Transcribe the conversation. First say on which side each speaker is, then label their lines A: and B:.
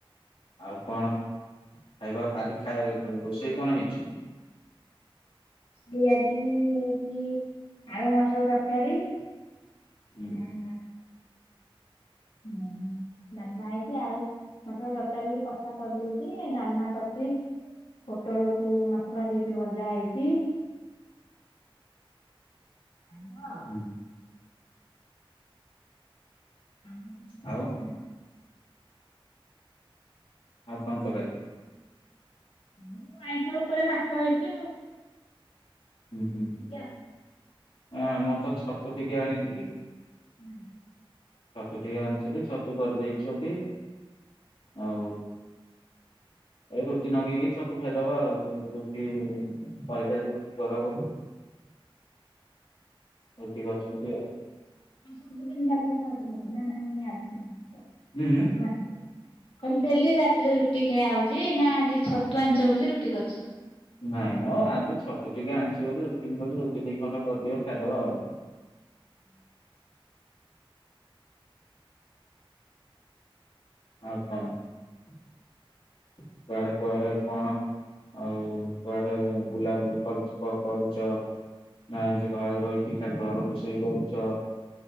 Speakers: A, on the left; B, on the left.
A: ଆଉ କଣ ଖାଇବା ଆଜି ଖାଇବା ଉଁ ରୋଷେଇ କଣ ହେଇଚି?
B: ରୋଷେଇ ଆଜି ହେଇଚି ଆଳୁ ମଟର ତରକାରୀ। <inaudible>
A: ହୁଁ
B: ହୁଁ। ଡାଲମା ହେଇଚି ଆଳୁ ମଟର ତରକାରୀକି କଷା କରିଦେଇଚି ଡାଲମା କରିଚି। ପୋଟଳକୁ ମସଲା ଦେଇକି ଭଜା ହେଇଚି। <unintelligible>
A: ହୁଁ।
B: ଆମ୍ବ ତ ପ୍ରସିଦ୍ଧ
A: ଆଉ
B: ଖାଦ୍ୟ ଆଉ
A: ଆଉ କଣ ତକାରୀ?
B: ଆଉ ଆଇଁଷ ଉପରେ ମାଛ ହେଇଚି ଆଉ।
A: ହୁଁ ହୁଁ
B: ସେତିକି ଆଉ
A: ଆଉ ଆମର ତ ଛତୁ ଟିକେ ଆଣିଥିଲି।
B: ହୁଁ।
A: ଛତୁ ଟିକେ ଆଣିଥିଲି ଛତୁ କରିଦେଇଛନ୍ତି ଆଉ ଏ ରୁଟି ନଗେଇକି ଛତୁ ଖାଇଦବା ଆଉ ରୁଟି କହିଲି ଆଜି ରୁଟି କର ବୋଲି ରୁଟି କରିଚନ୍ତି ଆଉ।
B: ଆଉ ସବୁଦିନ ରାତିରେ ଖାଆତି ରୁଟି ନା ନାଇଁ ଆ <unintelligible>
A: ହୁଁ ହୁଁ।
B: ଛତୁ ଆଣିଚ ବୋ କଁ ଡେଲି ରାତିରେ ରୁଟି ଖିଆ ହଉଚି ନା ଆଜି ଛତୁ ଆଣିଚ ବୋଲି ରୁଟି କରିଚ?
A: ନାଇଁ ମଁ ଆଜି ଛତୁ ଟିକେ ଆଣିଚି ବୋଲି ରୁଟି ଦି <unintelligible> ରୁଟି ଦି ଖଣ୍ଡ କରିଦିଅ ଖାଇଦବା ଆଉ।
B: ହ
A: ଆଉ କଣ ସିଆଡେ କୁଆଡେ କଣ? ଆଉ କୁଆଡେ ବୁଲାବୁଲି କରୁଚ୍ କରୁଚ? ନା ଏମତି ଘରେ ରହିକି ଖାଲି ଘର ରୋଷେଇ କରୁଚ